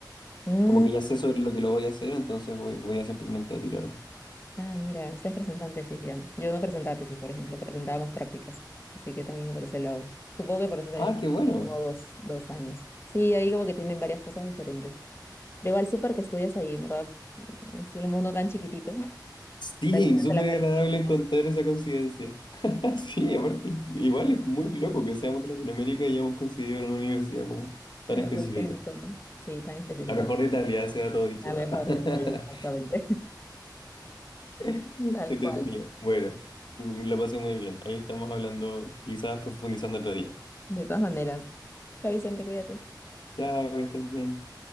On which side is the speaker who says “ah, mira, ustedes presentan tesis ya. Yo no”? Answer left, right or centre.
Left